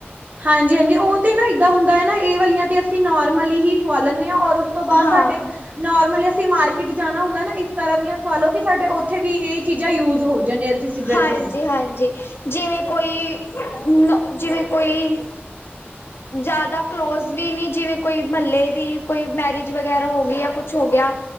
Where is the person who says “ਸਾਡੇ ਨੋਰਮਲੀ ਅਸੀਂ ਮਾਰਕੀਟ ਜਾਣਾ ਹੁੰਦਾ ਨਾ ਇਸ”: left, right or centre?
Right